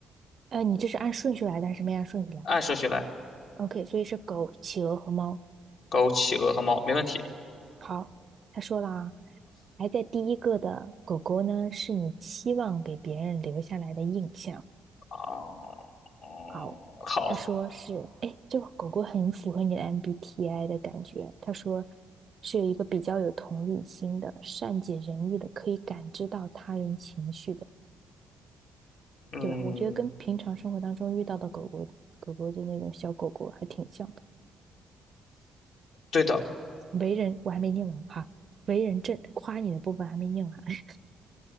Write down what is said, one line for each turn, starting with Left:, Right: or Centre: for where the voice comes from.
Right: 呃，你这是按顺序来的还是没按顺序来
Left: 按顺序来，
Right: ？OK，所以是狗、企鹅和猫。
Left: 狗、企鹅和猫，没问题。
Right: 好，他说了啊，排在第一个的狗狗呢，是你期望给别人留下来的印象。
Left: 哦，哦，
Right: 好，
Left: 好，
Right: 他说是，哎，这个狗狗很符合你的 MBTI 的感觉。他说是有一个比较有同理心的、善解人意的，可以感知到他人情绪的，
Left: 嗯，
Right: 对吧？我觉得跟平常生活当中遇到的狗狗、狗狗的那种小狗狗还挺像。
Left: 对的。
Right: 为人，我还没念完哈。为人正，夸你的部分还没念完。<laughs>